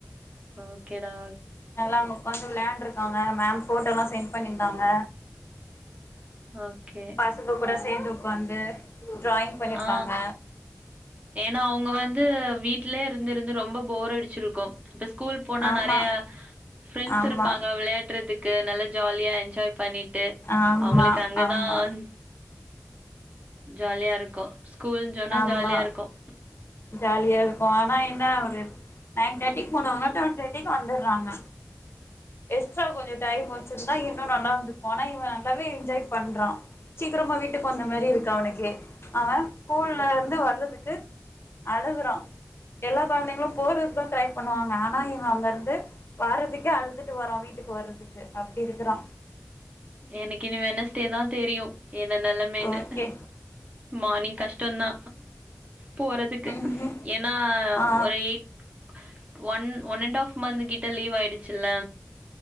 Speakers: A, on the right (about 25°); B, on the left (about 50°).
A: ஓகேடா
B: நல்லா அவுங்க ஒக்காந் வெளையாண்ட்ருக்காங்க. மேம் போட்டோல்லா சென்ட் பண்ணிருந்தாங்க.
A: ஓகே
B: பசங்க கூட சேந்து ஒக்காந்து ட்ராயிங் பண்ணிருப்பாங்க.
A: ஆ ஏன்னா அவுங்க வந்து வீட்லயே இருந்து இருந்து ரொம்ப போர் அடிச்சிருக்கும். இப்ப ஸ்கூல் போனா
B: ஆமா
A: நெறய ஃபிரெண்ட்ஸ்
B: ஆமா
A: இருப்பாங்க வெளையாட்றதுக் க்கு. நல்லா ஜாலியா என்ஜாய் பண்ணிட் ட்டு
B: ஆமா
A: அவுங்களுக்கு அங்கதான்
B: ஆமா
A: ஜாலியா இருக்கோ ஸ்கூல்னு ஜொன்னா
B: ஆமா
A: ஜாலியா இருக் க்கும்
B: ஜாலியா இருக்கு ஆனா என்ன ஒரு நைன் தேர்ட்டிக்கு போணங்கனா டென் தேர்ட்டிக்கு வந்துறாங்க எக்ஸ்ட்ரா கொஞ்ச டைம் வச்சிருந்தா இன்னு நல்லா இருந்துருக்கு ஆனா இவ நல்லாவே என்ஜாய் பண்றா சீக்ரமா வீட்டுக்கு வந்த மாரி இருக்கு அவுனுக்கே அவன் ஸ்கூல்ல இருந்து வர்றதுக்கு அழுகுறா எல்லா கொழந்தைங்களு போறதுக்கு தான் க்ரை பண்ணுவாங்க ஆனா இவ அங்க இருந்து வர்றதுக்கே அழுதுட்டு வரா வீட்டுக்கு வர்றதுக்கு அப்டி இருக்குறா
A: எனக்கி இனி வெனஸ்டே தா தெரியு என்னென்னலா மென்னு
B: ஓகே
A: மார்னிங் கஷ்ட தா போறதுக்கு
B: ம்
A: ஏன்னா
B: ஆ
A: ஒரு eight one one and half month கிட்ட லீவ் ஆயிடுச்சுல